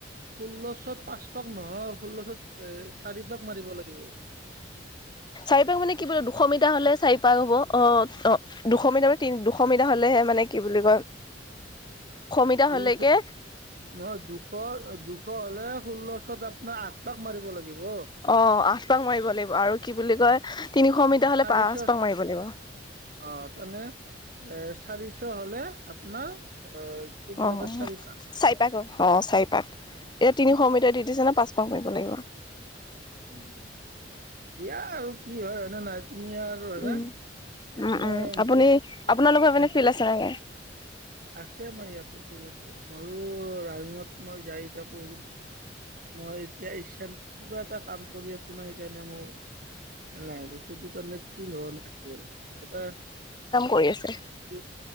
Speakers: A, on the right (about 50°); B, on the left (about 25°).
A: ষোল্ল চত পাঁচ পাক নহয় ষোল্ল চত এ চাৰি পাক মাৰিব লাগে <unintelligible>
B: চাৰি পাক মানে কি বুলি দুশ মিটাৰ হলে চাৰি পাক হ'ব অ অ দুশ মিটাৰ তি দুশ মিটাৰ হলে হ'লে হে মানে কি বুলি কয়
A: <unintelligible>
B: মিটাৰ
A: দুশ
B: হ'লেকে
A: নহয় দুশ দুশ হলে ষোল্লশত আপোনাৰ আঠ পাক মাৰিব লাগিব
B: অ আঠ পাক মাৰিব লাগিব আৰু কি বুলি কয় তিনিশ মিটাৰ হলে
A: চাৰিশ
B: পাঁচ
A: অ
B: পাক মাৰিব লাগিব
A: তানে এ চাৰিশ হলে আপোনাৰ এ কি বুলি
B: অ চাৰিপাক
A: কয় চাৰি
B: অ চাৰিপাক এতিয়া তিনিশ মিটাৰ দি দিছে নে পাঁচ পাক মাৰিব লাগিব
A: উ দিয়া আৰু কি হয় হয়নে নহয় তুমি আৰু
B: উম
A: হ এই
B: উম
A: তোমাৰ
B: উম আপুনি আপোনালোকৰ পিনে ফিল্ড আছে নেকি
A: আছে আমাৰ ইয়াতে ঢেৰ আছে মযো ৰাজুহত মই যায় থাকো মই এতিয়া ইচ্ছা কিবা এটা কাম কৰি আছো ন সেইকাৰণে মোৰ- নাই বস্তুটো তেনে ফিল হোৱা নাই আৰু এটা
B: হৈ আছে।
A: কি-